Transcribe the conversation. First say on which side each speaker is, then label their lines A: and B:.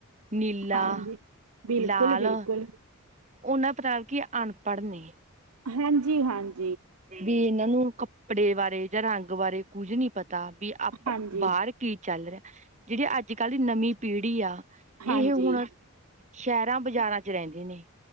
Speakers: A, on the right; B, on the right.
A: ਨੀਲਾ,
B: ਹਾਂਜੀ, ਬਿਲਕੁਲ-ਬਿਲਕੁਲ,
A: ਲਾਲ ਓਨਾਂ ਪ੍ਰਾਗ ਕਿ ਅਨਪੜ੍ਹ ਨੇ।
B: ਹਾਂਜੀ ਹਾਂਜ
A: ਦੀ ਏਨਾਂ ਨੂੰ ਕੱਪੜੇ ਬਾਰੇ ਜਾਂ ਰੰਗ ਬਾਰੇ ਕੁੱਝ ਨੀ ਪਤਾ। ਵੀ ਆਪਾਂ
B: ਹਾਂਜੀ।
A: ਬਾਰ
B: ਹਾਂਜੀ,
A: ਕੀ ਚੱਲ ਰਿਐ, ਜਿਹੜੀ ਅੱਜ-ਕੱਲ੍ਹ ਦੀ ਨਮੀਂ ਪੀੜ੍ਹੀ ਆ।
B: ਹਾਂਜੀ
A: ਏਹ ਹੁਣ
B: ਹਾਂਜੀ
A: ਸੈ਼ਰਾਂ ਬਜ਼ਾਰਾਂ 'ਚ ਰੈੰਦੇ ਨੇ।